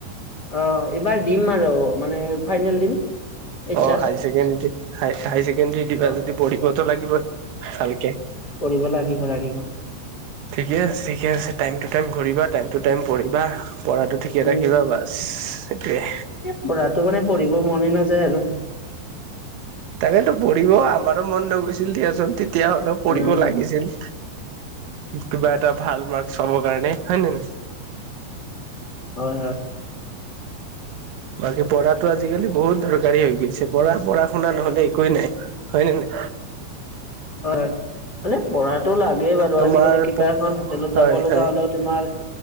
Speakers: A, on the left (about 25°); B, on the right (about 75°).
A: অ, এইবাৰ দিম আৰ মানে, ফাইনেল দিম। এইচ
B: অ'
A: S
B: high secondary high high secondary দিবা
A: অ
B: যদি পঢ়িবতোঁ লাগিবই। ভালকে।
A: পঢ়িব লাগিব, লাগিব।
B: ঠিকে আছে, ঠিকে আছে। টাইম টু টাইম ঘূৰিবা, টাইম টু টাইম পঢ়িবা, পঢ়াটো ঠিকে
A: উম
B: ৰাখিবা বাছ সেইটোৱে।
A: এ, পঢ়াটো মানে, পঢ়িব মনে নাযায় আৰু।
B: তাকেতো পঢ়িব আমাৰো মন নগৈছিল দিয়াচোন, তেতিয়া হ'লেওঁ পঢ়িব
A: উম
B: লাগিছিল। কিবা এটা ভাল মাৰ্কচ পাব কাৰণে, হয় নে নহয়?
A: হয়, হয়।
B: বাকী পঢ়াটো আজিকালি বহুত দৰকাৰী হৈ গৈছে। পঢ়া-পঢ়া-শুনা নহ'লে একোৱেই নাই। হয় নে নাই?
A: হয় হয় মানে পঢ়াটো লাগেই বাৰু
B: তোমাৰ
A: আজিকালি কিবা এখন হোটেলত
B: হয়
A: যাব লগা
B: হয়
A: হ'লোত তোমাৰ